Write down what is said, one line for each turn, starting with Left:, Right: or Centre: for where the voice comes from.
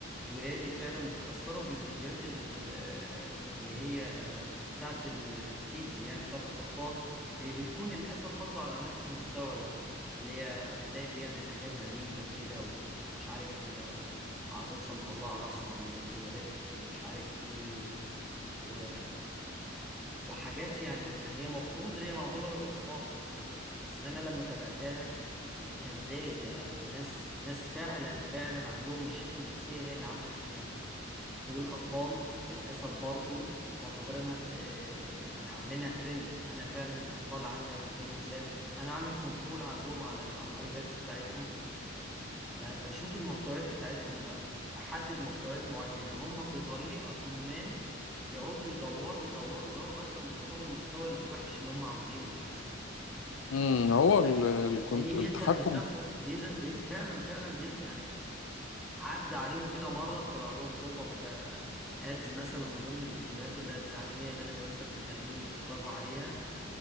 Centre: ولادي فعلا بيتاثروا بالفيديوهات ال- اللي هي بتاعت ال- الكيدز يعني بتاعت الاطفال اللي بتكون للاسف برضو على نفس المستوى ده اللي هي تلاقي بيعمل حاجات غريبه كده ومش عارف م- عروسه مطلعه راسها من التواليت ومش عارف ايه و... و... وحاجات يعني يعني هي مفروض اللي هي معمولة للأطفال بس بس أنا لما تابعتها لقيتها إزاي ده ده ناس ناس فعلا فعلا عندهم مشاكل نفسية هي اللي عاملة الفيديو دي والأطفال للأسف برضو معتبرينها ت- يعني عاملينها ترند أنا فعلا الأطفال عندي على سبيل المثال أنا عامل كنترول عندهم على ال- على الآيبادز بتاعتهم ب- بشوف المحتويات بتاعتهم بقى بحدد محتويات معينة هم بطريقة ما بيقعدوا يدوروا يدوروا يدوروا لغاية لما يوصلوا للمحتوى الوحش اللي هم عاوزينه للأسف
Left: امم هو ال- الكنت-
Centre: لأن بيلزق
Left: التحكم
Centre: في دماغهم بيلزق بيل... فعلا فعلا بيلزق يعني عدى عليهم كده مرة طلع لهم بوب اب كادز مثلا من ضمن الفيديوهات اللي- التعليمية اللي أنا مثلا بخليهم يتفرجوا عليها